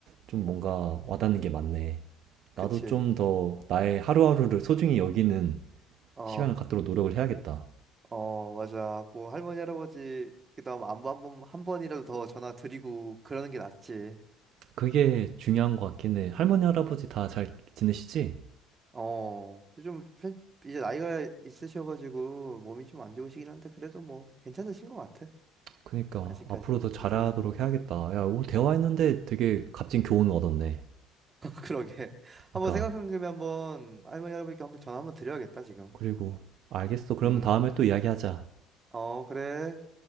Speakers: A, on the right (about 50°); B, on the right (about 20°).
A: 좀 뭔가 와닿는 게 많네.
B: 그치.
A: 나도 좀 더 나의 하루하루를 소중히 여기는
B: 어,
A: 시간을 갖도록 노력을 해야겠다.
B: 어, 맞아. 뭐 할머니 할아버지 그다음 안부 한번 한 번이라도 더 전화 드리고 그러는 게 낫지.
A: 그게 중요한 것 같긴 해. 할머니, 할아버지 다 잘 지내시지?
B: 어, 좀 편- 이제 나이가 있으셔가지고 몸이 좀 안 좋으시긴 한데 그래도 뭐 괜찮으신 것 같아.
A: 그니까
B: 아직까지는.
A: 앞으로 더 잘하도록
B: 음.
A: 해야겠다. 야, 오늘 대화했는데 되게 값진 교훈을 얻었네.
B: 그러게. <laughs>
A: 그니까
B: 한번 생각한 김에 한번 할머니 할아버지께 한번 전화 한번 드려야겠다, 지금.
A: 그리고 알겠어. 그러면
B: 음.
A: 다음에 또 이야기하자.
B: 어, 그래.